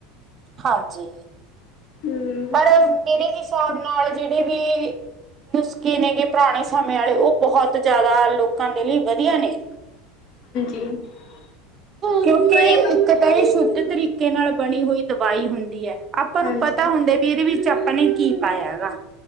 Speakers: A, on the right; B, on the left.
A: ਹਾਂਜੀ।
B: ਹੂੰ।
A: ਪਰ ਮੇਰੇ ਹਿਸਾਬ ਨਾਲ ਜੇੜੇ ਵੀ ਨੁਸਖੇ ਨੇ ਗੇ ਪੁਰਾਣੇ ਸਮੇਂ ਆਲੇ ਓ ਬਹੁਤ ਜਾਦਾ ਲੋਕਾਂ ਦੇ ਲਈ ਵਧੀਆ ਨੇ।
B: <inaudible>
A: ਕਿਉਂਕ
B: ਕਈ
A: ਇੱਕ ਤਾਂ ਏ ਸ਼ੁੱਧ ਤਰੀ ਕੇ ਨਾਲ ਬਣੀ ਹੋਈ ਦਵਾਈ ਹੁੰਦੀ ਐ। ਆਪਾਂ
B: ਹਾਂਜੀ।
A: ਨੂੰ ਪਤਾ ਹੁੰਦਾ ਵੀ ਏਦੇ ਵਿੱਚ ਆਪਾਂ ਨੇ ਕੀ ਪਾਇਆ ਹੈਗਾ।